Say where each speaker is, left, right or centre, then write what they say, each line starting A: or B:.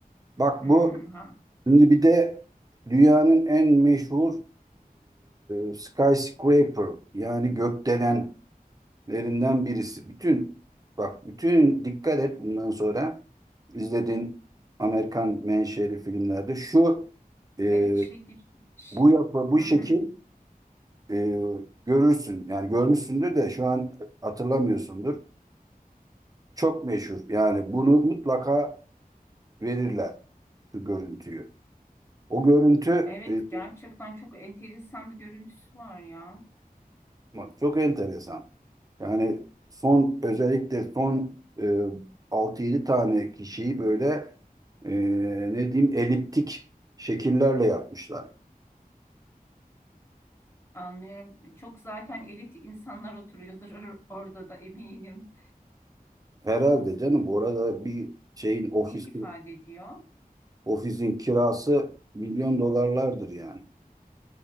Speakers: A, on the right; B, on the left.
A: Bak
B: Hı
A: bu
B: ha.
A: şimdi bir de dünyanın en meşhur e, skyscraper yani gökdelen lerinden birisi. Bütün bak bütün dikkat et bundan sonra izlediğin Amerikan menşeli filmlerde şu e,
B: Evet şekli. Ş-
A: bu yapı bu
B: Hı
A: şekil
B: hı.
A: e, görürsün. Yani görmüşsündür de şu an hatırlamıyorsundur. Çok meşhur. Yani bunu mutlaka verirler şu görüntüyü. O görüntü
B: Evet
A: e,
B: gerçekten çok enteresan bir görüntüsü var ya.
A: bak, çok enteresan. Yani son özellikle son e, 6-7 tane kişiyi böyle e, ne diyeyim eliptik şekillerle yapmışlar.
B: Anlıyorum. Çok zaten elit insanlar oturuyordur or- orada da eminim.
A: Herhalde canım orada bir şeyin ofisin
B: Neyi ifade ediyor?
A: ofisin kirası milyon dolarlardır yani.